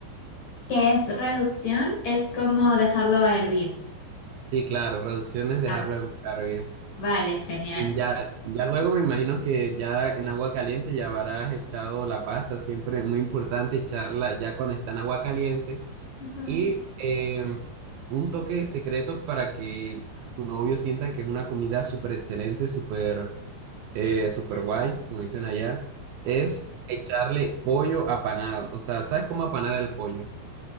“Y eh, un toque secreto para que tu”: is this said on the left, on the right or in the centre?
Right